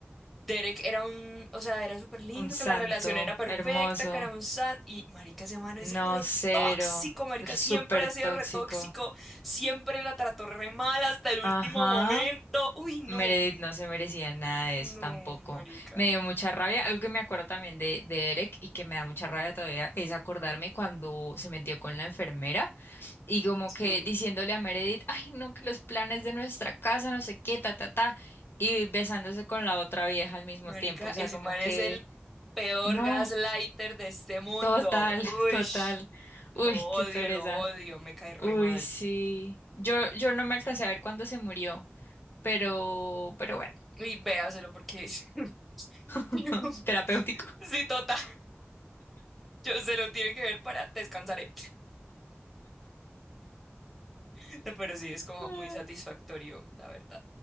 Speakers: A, in the centre; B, on the left (about 60°).
A: Derek era un, o sea, era súper lindo,
B: Un santo,
A: que la relación era perfecta,
B: hermoso,
A: que era un sat, y marica, ese mano es
B: no,
A: re
B: cero,
A: tóxico, marica,
B: súper
A: siempre ha
B: tóxico.
A: sido re tóxico, siempre la trató re mal hasta el
B: Ajá.
A: último momento. Uy, no,
B: Meredith no se merecía nada de
A: no,
B: eso tampoco.
A: marica,
B: Me dio mucha rabia. Algo que me acuerdo también de, de Eric y que me da mucha rabia todavía es acordarme cuando se metió con la enfermera y como
A: sí,
B: que diciéndole a Meredith, ay, no, que los planes de nuestra casa, no sé qué, ta, ta, ta, y besándose con la otra vieja al mismo
A: marica,
B: tiempo. O sea,
A: ese
B: como
A: man
B: que,
A: es el peor
B: no,
A: gaslighter de este mundo.
B: total,
A: Uy,
B: <laughs> total.
A: lo
B: Uy,
A: odio,
B: qué pereza.
A: lo odio, me cae re
B: Uy,
A: mal.
B: sí. Yo, yo no me alcancé a ver cuándo se murió, pero, pero bueno,
A: Y véaselo porque... <laughs> Dios,
B: <laughs> terapéutico.
A: Sí, tota, Yo se lo tiene que ver para descansar. ¿eh? <laughs> No, pero sí, es como
B: Mm.
A: muy satisfactorio, la verdad.